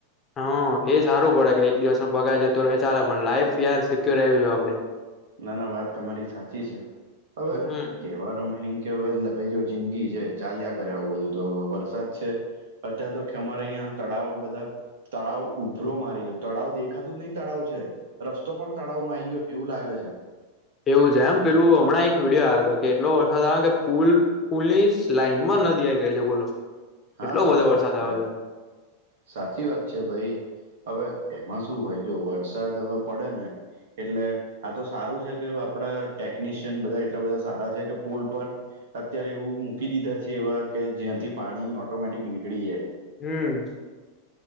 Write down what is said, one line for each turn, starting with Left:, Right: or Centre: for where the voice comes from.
Left: હા. એ જ હારું પડે, કે એક દિવસ નો પગાર જતો રહે ચાલે. પણ લાઈફ યાર સિક્યોર રહેવી જોઈએ આપણી. <inaudible>
Right: ના-ના વાત તમારી સાચી છે. હવે
Left: હમ
Right: કેવ <unintelligible> હવે <unintelligible> જો જિંદગી છે, ચાલ્યા કરે આવું બધું તો. હવે વરસાદ છે અત્યાર તો ખ અમારે અહિયાં તળાવો બધા તળાવ ઉભરો મારી ગયો. તળાવ દેખાતું જ નહીં, તળાવ છે. રસ્તો પણ તળાવમાં આઈ ગયો, એવું લાગે છે.
Left: એવું છે એમ. પહેલું હમણાં એક વિડિયો આયો તો, કે એટલો વરસાદ આવે, કે પુલ પુલીસ લાઈનમાં નદી આઈ ગઈ છે બોલો.
Right: હા
Left: એટલો
Right: સાચી
Left: બધો વરસાદ
Right: વાત છે.
Left: આવે
Right: સાચી વાત છે ભઈ. હવે એમાં શું હોય, જો વરસાદ હવે પડે ને એટલે આ તો સારું છે, કે હવે આપણાં ટેકનિશિયન બધા એટલા બધા સારા છે, કે પુલ પર એવું મૂકી દીધા છે એવા, કે જ્યાંથી પાણી ઓટોમેટિક નીકળી જાય.
Left: હમ્મ.